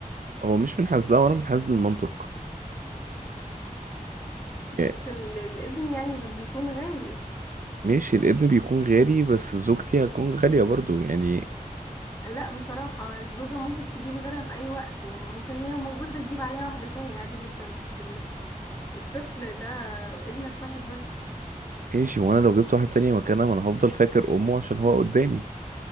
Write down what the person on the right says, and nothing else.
هو مش منحاز لا وانا منحاز للمنطق يعني
ماشي الابن بيكون غالي بس زوجتي هتكون غالية برضو يعني
ماشي وانا لو جبت واحد تاني مكانها ما انا هفضل فاكر امه عشان هو قدامي